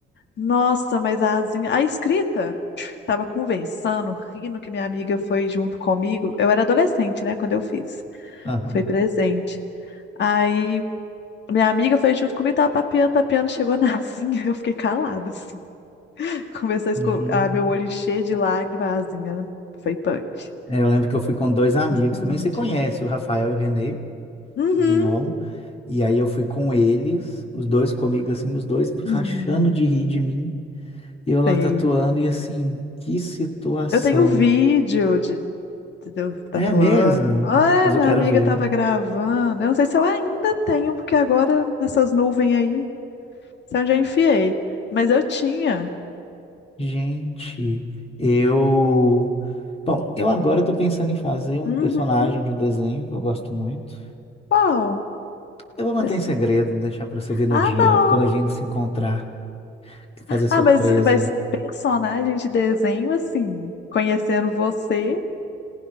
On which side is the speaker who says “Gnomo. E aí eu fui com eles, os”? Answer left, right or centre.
Left